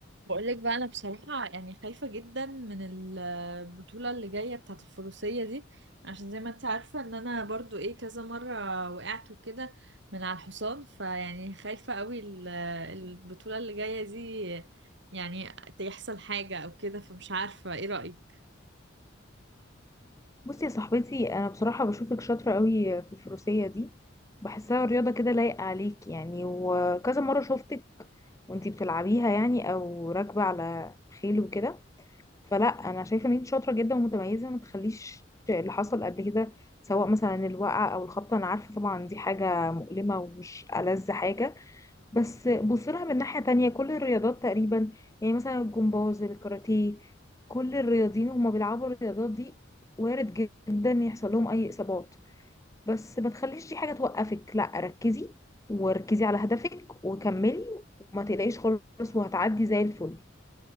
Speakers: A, on the right (about 65°); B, on the left (about 15°).
A: بقولك بقى انا بصراحة يعني خايفة جدا من البطولة اللي جاية بتاعة الفروسية دي عشان زي ما انت عارفة ان انا برضو ايه كذا مرة وقعت وكده من على الحصان فيعني خايفة قوي ال- البطولة اللي جاية دي يعني يحصل حاجة او كده فمش عارفة ايه رأيك
B: بصي يا صاحبتي انا بصراحه بشوفك شاطره قوي في الفروسيه دي بحسها رياضه كده لايقه عليك يعني وكذا مره شفتك وانتي بتلعبيها يعني او راكبه على خيل وكده فلا انا شايفه ان انت شاطره جدا ومتميزه ما تخليش اللي حصل قبل كده سواء مثلا الوقعه او الخبطه انا عارفه طبعا دي حاجه مؤلمه ومش ألذ حاجه بس بص لها من ناحية تانية كل الرياضات تقريبا يعني مثلا الجمباز الكاراتيه كل الرياضيين هما بيلعبوا الرياضات دي وارد جدا يحصل لهم أي إصابات بس ما تخليش دي حاجة توقفك لا ركزي وركزي على هدفك وكملي وما تقلقيش خالص وهتعدي زي الفل